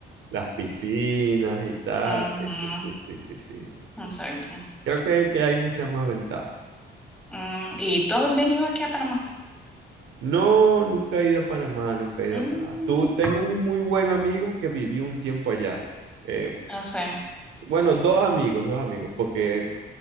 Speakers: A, on the right; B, in the centre.
A: Las piscinas y tal.
B: Ujú,
A: Sí, sí, sí, sí, sí, sí.
B: Exacto.
A: Creo que, que hay muchas más ventajas.
B: Mm, ¿y tú has venido aquí a Panamá?
A: No, nunca he ido a Panamá, nunca he ido
B: Mm,
A: a Panamá. Tú, tengo un muy buen amigo que vivió un tiempo allá. Eh,
B: así.
A: bueno, dos amigos, dos amigos, porque